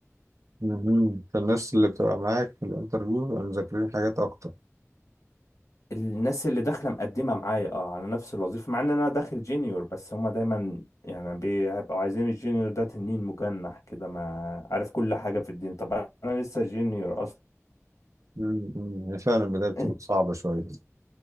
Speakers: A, on the right; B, on the left.
A: مهم. فالناس اللي بتبقى معاك في الانترفيو بيبقوا مذاكرين حاجات اكتر
B: الناس اللي داخله مقدمه معايا اه على نفس الوظيفه مع ان انا داخل جينيور بس هما دايما يعني بيبقوا عايزين الجينيور ده تنين مجنح كده ما عارف كل حاجه في الدين طب انا لسه جينيور اصلا
A: مم. مم. فعلا البدايه بتبقى
B: <laughs>
A: صعبه شويه